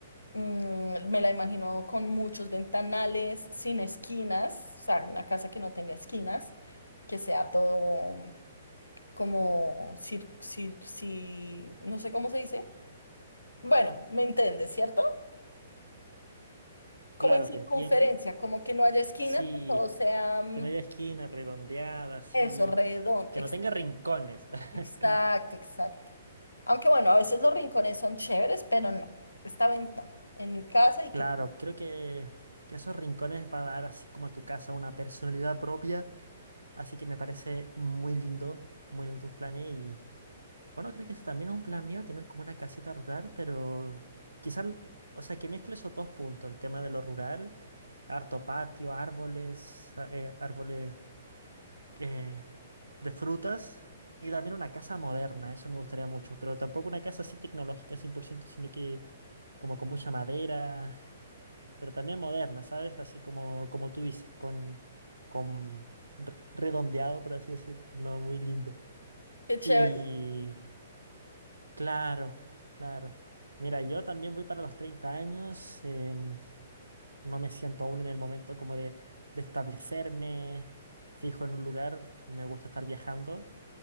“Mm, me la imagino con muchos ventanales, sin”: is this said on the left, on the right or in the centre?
Left